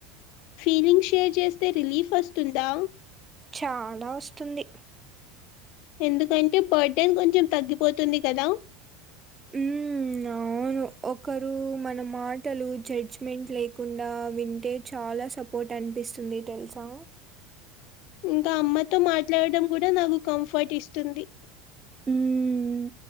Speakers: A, on the left; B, on the right.
A: ఫీలింగ్ షేర్ చేస్తే రిలీఫ్ వస్తుందా
B: చాలా వస్తుంది
A: ఎందుకంటే బర్డన్ కొంచెం తగ్గిపోతుంది కదా
B: హ్మ్. అవును. ఒకరు మన మాటలు జడ్జ్మెంట్ లేకుండా వింటే చాలా సపోర్ట్ అన్ బిస్తుంది తెల్సా
A: ఇంకా అమ్మతో మాట్లాడడం కూడా నాకు కంఫర్ట్ ఇస్తుంది
B: ఉమ్